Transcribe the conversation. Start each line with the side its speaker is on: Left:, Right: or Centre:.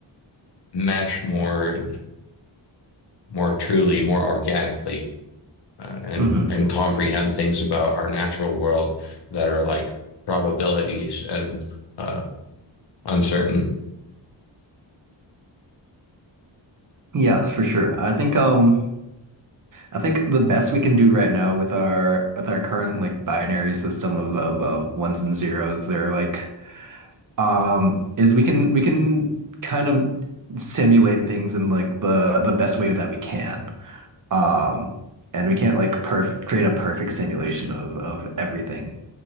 Left: mesh more more truly, more organically, uh, and
Right: hmm
Left: and comprehend things about our natural world that are like probabilities and uh, uncertain.
Right: Yes, for sure. I think um I think the best we can do right now with our with our current like binary system of of, of ones and zeros, they're like um is we can we can kind of simulate things in like the the best way that we can. Um and we can't like perfect create a perfect simulation of of everything.